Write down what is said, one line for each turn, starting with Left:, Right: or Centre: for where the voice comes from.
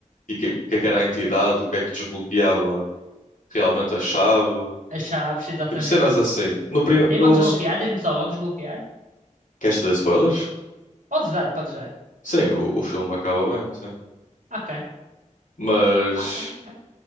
Left: e que- o que é que era a entidade, o que é que desbloqueava realmente a chave.
Right: As chaves, exatamente.
Left: Tipo, cenas assim. No, prim...
Right: E
Left: no...
Right: vão desbloquear? Diz-me só, vão desbloquear?
Left: Queres ter spoilers?
Right: Podes dar, podes dar.
Left: Sim, o, o filme acaba bem, sim.
Right: Ok,
Left: Mas
Right: ok, ok.